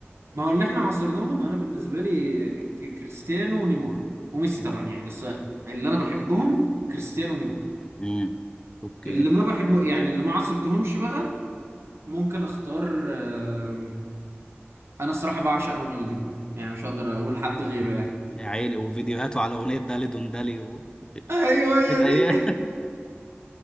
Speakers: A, on the right (about 75°); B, on the left (about 20°).
A: ما هو اللي احنا عاصرناهم انا بالنسبه لي ك- كريستيانو ونيمار وميسي طبعا يعني بس اللي انا بحبهم كريستيانو ونيمار
B: امم اوكي
A: اللي ما بحبه يعني اللي ما عاصرتهمش بقى ممكن اختار آم، انا الصراحه بعشق رونالدينيو يعني مش هقدر اقول حد غيره يعني
B: يا عيني وفيديوهاته على اغنيه دالي دون دالي و
A: ايوه هي
B: كانت ايه
A: دي